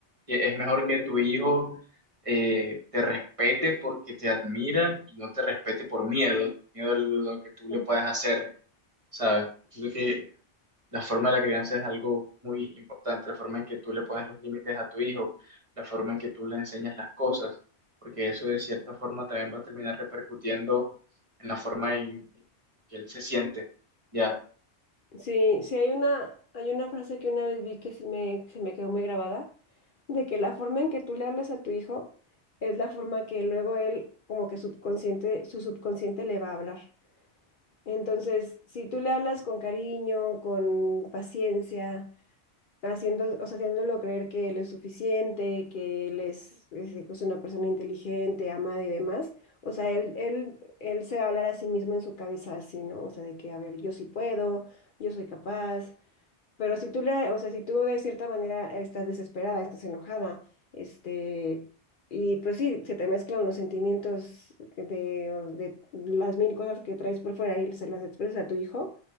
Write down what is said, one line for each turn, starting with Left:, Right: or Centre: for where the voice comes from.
Right: que es mejor que tu hijo eh, te respete porque te admira y no te respete por miedo, miedo a lo lo que tú le
Left: no.
Right: puedas hacer, ¿sabes? Siento que la forma de la crianza es algo muy importante, la forma en que tú le pones los límites a tu hijo, la forma en que tú le enseñas las cosas, porque eso de cierta forma también va a terminar repercutiendo en la forma en que él se siente. Ya,
Left: Sí, sí hay una, hay una frase que una vez vi que sí me, se me quedó muy grabada, de que la forma en que tú le hablas a tu hijo es la forma que luego él, como que subconsciente, su subconsciente le va a hablar. Entonces, si tú le hablas con cariño, con paciencia, haciendo, o sea, haciéndolo creer que él es suficiente, que él es, es es una persona inteligente, amada y demás, o sea, él, él, él se va a hablar a sí mismo en su cabeza así, ¿no? O sea, de que, a ver, yo sí puedo, yo soy capaz pero si tú le, o sea, si tú de cierta manera estás desesperada, estás enojada, este, y pues sí, se te mezclan los sentimientos de, o de las mil cosas que traes por fuera y se las expresas a tu hijo,